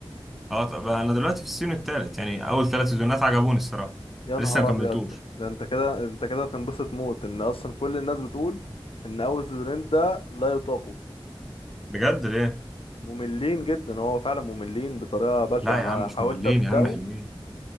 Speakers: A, in the centre; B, on the left (about 70°).
A: اه طب انا دلوقتي في السيزون الثالث يعني اول ثلاث سيزونات عجبوني الصراحه
B: يا نهار
A: لسه ما كملتوش
B: ابيض ده انت كده انت كده تنبسط موت ان اصلا كل الناس بتقول ان اول سيزونين ده لا يطاقوا
A: بجد ليه
B: مملين جدا هو فعلا مملين بطريقه بشعه
A: لا يا
B: انا
A: عم مش
B: حاولت
A: مملين
B: ابداه
A: يا عم حلوين